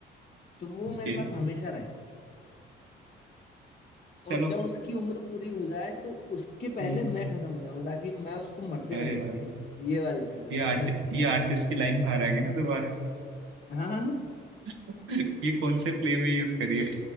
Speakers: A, on the left; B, on the right.
A: तो वो
B: ओके
A: मेरे पास हमेशा रहे
B: चलो
A: और जब उसकी उम्र पूरी हो जाए तो उसके पहले
B: हम्म,
A: मैं खत्म हो जाऊं ताकि मैं उसको मरते
B: अरे
A: ना देख
B: भाई
A: सकूं ये वाली चीज है
B: ये
A: भाई
B: आर्ट
A: मैं
B: ये आर्टिस्ट की लाइन बाहर आ गई ना दोबारा
A: हाँ हाँ,
B: <laughs> ये कौन से प्ले में यूज करी है